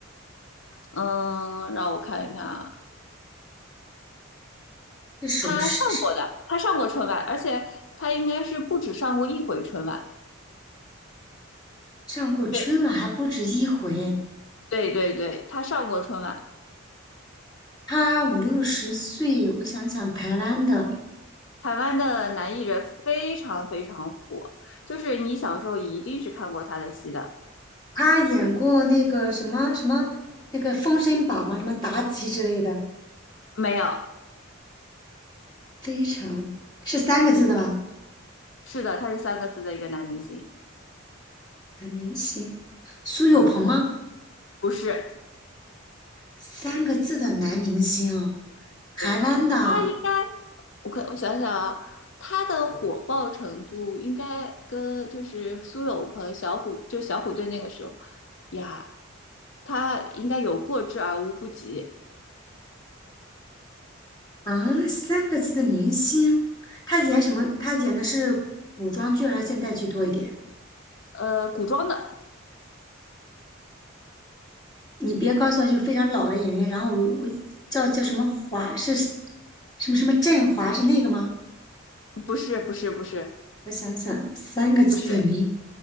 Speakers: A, on the left; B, on the left.
A: 嗯，让我看一看啊，
B: 是首饰。
A: 他上过的，他上过春晚，而且他应该是不止上过一回春晚。
B: 上过春晚还不止一回，
A: 对对对对，他上过春晚。
B: 他五六十岁，我想想台湾的，
A: 台湾的男艺人非常非常火，就是你小时候一定是看过他的戏的。
B: 他演过那个什么什么那个《封神榜》嘛，什么妲己之类的，
A: 没有，
B: 非常是三个字的吗？
A: 是的，他是三个字的一个男明星。
B: 男明星，苏有朋吗？
A: 嗯，不是，
B: 三个字的男明星啊，台湾的
A: 对，应该我看我想想啊，他的火爆程度应该跟就是苏有朋、小虎，就小虎队那个时候呀，他应该有过之而无不及。
B: 啊，三个字的明星，他演什么？他演的是古装剧还是现代剧多一点？
A: 呃，古装的，
B: 你别告诉我就非常老的演员，然后我我叫叫什么华是什么什么振华是那个吗？
A: 不是，不是，不是，
B: 我想想，三个字的名，
A: 不是，